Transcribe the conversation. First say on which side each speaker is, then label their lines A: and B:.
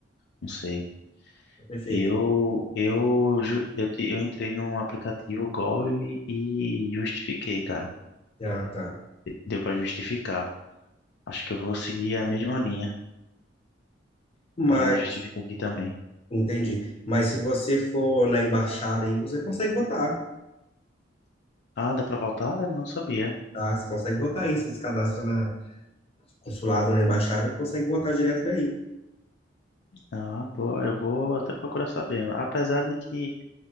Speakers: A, on the left; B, on the left.
A: não sei.
B: Tá Perfeito.
A: Eu, eu, ju- eu, te- eu entrei no aplicativo Gol e, e justifiquei, cara.
B: Ah, tá.
A: Deu para justificar. Acho que eu vou seguir a mesma linha
B: Mas,
A: para justificar aqui também.
B: entendi. Mas se você for na embaixada aí, você consegue votar,
A: Ah, dá para voltar? Não sabia.
B: tá? Você consegue votar aí, você se cadastra na consulado, na embaixada e consegue votar direto daí.
A: Ah, pô, eu vou até procurar saber. Apesar de que